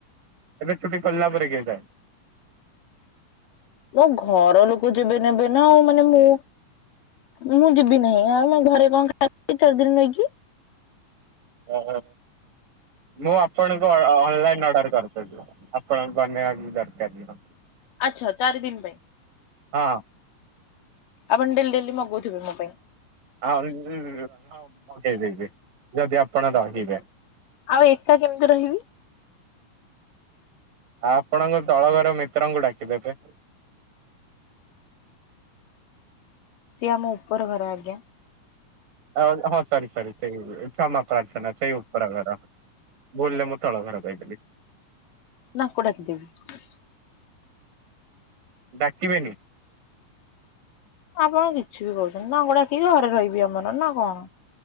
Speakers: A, on the right; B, on the left.
A: ଏବେ ଛୁଟି ସାରିଲା ପରେ କିଏ ଯାଏ?
B: ମୋ ଘର ଲୋକ ଯେବେ ନେବେ ନା ଆଉ ମାନେ ମୁଁ। ମୁଁ ଯିବି ନାହିଁ। ଆଉ ମୁଁ ଘରେ କଣ ଖାଇବି ଚାରି ଦିନ ରହିକି?
A: ଓହୋ। ମୁଁ ଆପଣଙ୍କୁ ଅନଲାଇନ ଅର୍ଡର କରିଦେବି। ଆପଣ ବନେଇବା କିଛି ଦରକାର ନୁହଁ।
B: ଆଚ୍ଛା ଚାରି ଦିନି ପାଇଁ?
A: ହଁ।
B: ଆପଣ ଡେଲି ଡେଲି ମଗଉଥିବେ ମୋ ପାଇଁ।
A: ଆଁ ହଁ ମଗେଇଦେବି ଯଦି ଆପଣ ରହିବେ।
B: ଆଉ ଏକା କେମିତି ରହିବି?
A: ଆ ଆପଣଙ୍କ ତଳ ଘର ମିତ୍ରଙ୍କୁ ଡାକିଦେବେ।
B: <inaudible> ସିଏ ଆମ ଉପର ଘର ଆଜ୍ଞା।
A: ଆଉ ହଁ ହଁ ସରି ସରି ସେଇ କ୍ଷମା ପ୍ରାର୍ଥନା ସେଇ ଉପର ଘର। ଭୁଲରେ ମୁଁ ତଳ ଘର କହିଦେଲି।
B: ନା ଆଙ୍କୁ ଡାକିଦେବି?
A: ଡାକିବେନି?
B: ଆପଣ କିଛି ବି କହୁଛନ୍ତି। ନା ଗୋଡା କି ଘରେ ରହିବି ଆମର ନା କଣ?